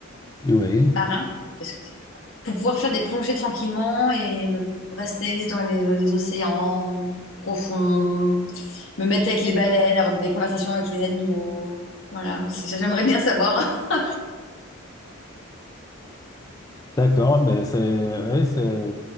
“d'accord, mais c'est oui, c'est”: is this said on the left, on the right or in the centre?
Left